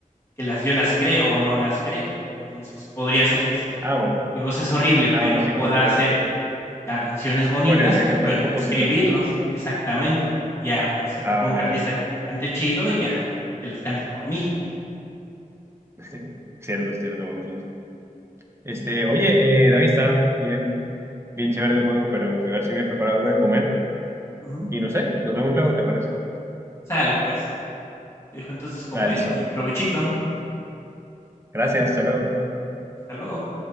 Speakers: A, on the left; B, on the right.
A: que las yo las creo o no las cree. Entonces, podría ser que sí.
B: Ah, bueno.
A: Mi voz es horrible, pero
B: Ah, bueno, sí,
A: pueda
B: pues podría,
A: hacer canciones bonitas,
B: podría ser
A: pues
B: que parezca
A: bueno,
B: compositor.
A: escribirlos, exactamente. Y ya me acerco
B: Ah,
A: con
B: vale,
A: un artista
B: vale.
A: que, que cante chido y ya, que las cante por mí.
B: <laughs> Cierto, cierto, buen punto. Este,
A: Sale.
B: oye, eh, David, está bien, bien chévere el juego, pero voy a ver si me he preparado algo de comer.
A: Ujú.
B: Y no sé, nos vemos luego, ¿te parece?
A: Sale, pues. Te dejo entonces comer
B: Vale, listo.
A: y provechito.
B: Gracias, hasta luego.
A: Hasta luego.